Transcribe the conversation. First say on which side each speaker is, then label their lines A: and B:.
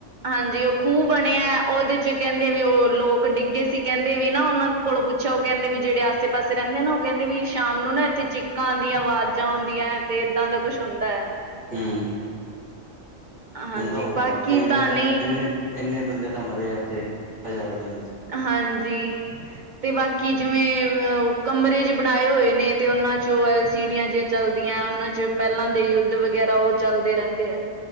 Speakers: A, on the right; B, on the right.
A: ਹਾਂਜੀ ਓ ਖੂਹ ਬਣਿਆ ਓਦੇ ਚ ਕੈਂਦੇ ਵੀ ਓ ਲੋਕ ਡਿੱਗੇ ਸੀ ਕੈਂਦੇ ਵੀ ਨਾ ਓਨਾਂ ਕੋਲੋਂ ਪੁੱਛਿਆ ਓ ਕੈਂਦੇ ਵੀ ਜੇੜੇ ਆਸੇ-ਪਾਸੇ ਰੈਨੇ ਆ ਨਾ ਓ ਕੈਂਦੇ ਵੀ ਸ਼ਾਮ ਨੂੰ ਨਾ ਐਥੇ ਚ ਚੀਕਾਂ ਆਂਦੀਆਂ, ਆਵਾਜ਼ਾਂ ਹੁੰਦੀਐ ਤੇ ਏਦਾਂ ਦਾ ਕੁੱਝ ਹੁੰਦਾ ਐ।
B: ਹੂੰ।
A: <inaudible> ਹਾਂਜੀ
B: ਹੁੰਦਾ ਹੋਊਗਾ,
A: ਬਾਕੀ
B: ਕੋਂ ਇਨੇ ਤਾਂ,
A: ਨਹੀਂ
B: ਇਨੇ, ਇੰਨੇ ਬੰਦੇ ਤਾਂ ਮਰੇ ਆ ਉਥੇ ਹਜ਼ਾਰਾਂ ਦੇ।
A: ਹਾਂਜੀ। ਤੇ ਬਾਕੀ ਜਿਵੇਂ ਅ ਕਮਰੇ ਜੇ ਬਣਾਏ ਹੋਏ ਨੇ ਤੇ ਉਨਾਂ ਚ ਓ ਐਲ ਸਿਡੀਆ ਜਿਹੀਆਂ ਚੱਲਦੀਆਂ ਉਨਾਂ ਚ ਪੈਲਾਂ ਦੇ ਯੁੱਧ ਵਗੈਰਾ ਓ ਚੱਲਦੇ ਰੈਂਦੇ ਐ।